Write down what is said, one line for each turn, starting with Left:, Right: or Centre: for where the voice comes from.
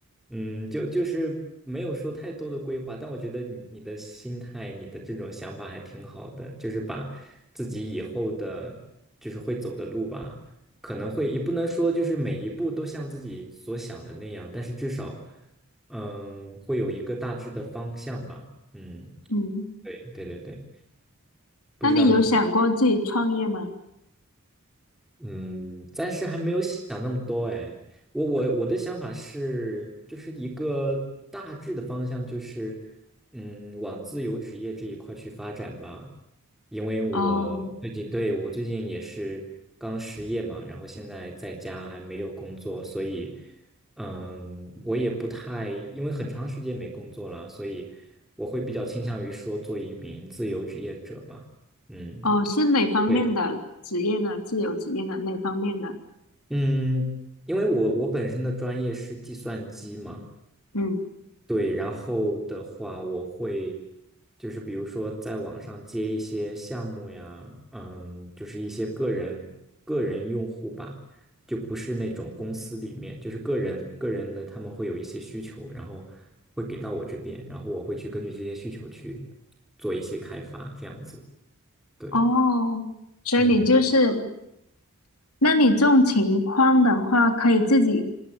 Centre: 嗯，就就是没有说太多的规划，但我觉得你你的心态，你的这种想法还挺好的，就是把自己以后的，就是会走的路吧，可能会也不能说就是每一步都像自己所想的那样，但是至少，嗯，会有一个大致的方向吧，嗯，
Left: 嗯，
Centre: 对对对对，不知道你。
Left: 那你有想过自己创业吗？
Centre: 嗯，暂时还没有想那么多哎，我我我的想法是，就是一个大致的方向，就是嗯，往自由职业这一块去发展吧。因为我最近对我最近也是刚失业嘛，
Left: 哦，
Centre: 然后现在在家还没有工作，所以嗯，我也不太，因为很长时间没工作了，所以我会比较倾向于说做一名自由职业者吧。嗯。
Left: 哦，是哪方面的职业呢？
Centre: 对。
Left: 自由职业呢？哪方面的？
Centre: 嗯，因为我我本身的专业是计算机嘛，
Left: 嗯，
Centre: 对，然后的话我会就是比如说在网上接一些项目呀，嗯，就是一些个人个人用户吧，就不是那种公司里面，就是个人个人的他们会有一些需求，然后会给到我这边，然后我会去根据这些需求去做一些开发，这样子，对，
Left: 哦，所以你就是，
Centre: 嗯
Left: 那你这种情况的话，可以自己